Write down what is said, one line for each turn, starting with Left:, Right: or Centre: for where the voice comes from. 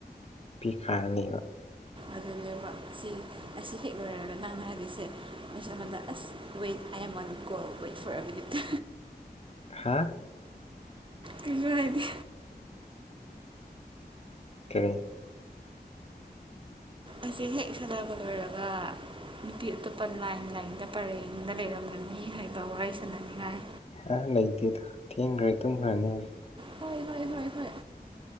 Left: ꯄꯤꯈ꯭ꯔꯥꯅꯦꯕ
Right: ꯑꯗꯨꯅꯦꯕ ꯑꯁꯤ ꯑꯁꯤ ꯍꯦꯛ ꯂꯣꯏꯔꯒ ꯅꯪꯅ ꯍꯥꯏꯗꯣꯏꯁꯦ ꯑꯩꯁ ꯑꯃꯟꯗ ꯑꯁ wait I am on call wait for a ꯕꯤꯠꯇ
Left: ꯍꯥ
Right: ꯀꯁꯨ ꯍꯥꯏꯗꯤ
Left: ꯀ
Right: ꯑꯁꯤ ꯍꯦꯛ ꯁꯥꯟꯅꯕ ꯂꯣꯏꯔꯒ ꯅꯨꯄꯤ ꯑꯇꯣꯞꯄ ꯂꯥꯏꯟ ꯂꯥꯏꯟꯗ ꯄꯔꯦꯡꯡꯗ ꯂꯩꯔꯝꯂꯅꯤ ꯍꯥꯏꯕ ꯋꯥꯔꯤ ꯁꯥꯟꯅꯅꯤꯡꯉꯥꯏ
Left: ꯑ ꯂꯩꯇꯦꯗ ꯊꯦꯡꯈ꯭ꯔꯦ ꯇꯨꯝꯈ꯭ꯔꯅꯤ
Right: ꯍ ꯍ ꯍ ꯍ